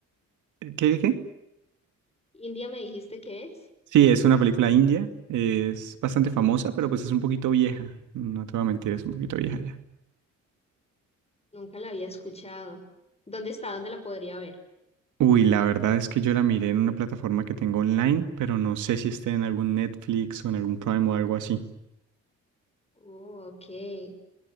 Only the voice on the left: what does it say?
¿India me dijiste que es?
Nunca la había escuchado. ¿Dónde está? ¿Dónde la podría ver?
Oh, ok.